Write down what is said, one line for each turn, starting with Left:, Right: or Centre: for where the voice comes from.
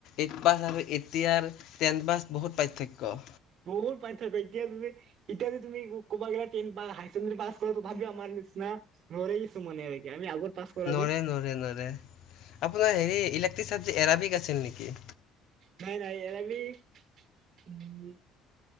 Left: এইট পাছ আৰু এইট- দিয়াৰ, টেনপাছ বহুত পাৰ্থক্য।
Right: বহুত পাৰ্থক্য এতিয়া যদি, এতিয়া যদি তুমি ক'ব গলে টেন পাছ, হাইচেকেণ্ডী পাছ কৰা তথাপিও আমাৰ নিচিনা নোৱাৰে কিছুমানে আৰু আমি আগত- পাছ কৰা
Left: নোৱাৰে,
Right: যে
Left: নোৱাৰে, নোৱাৰে, আপোনাৰ হেৰি ইলেক্ট্ৰিক চাবজেক্ট এৰাবিক- ঠিক আছিল নেকি?
Right: নাই, নাই, এৰাবিক-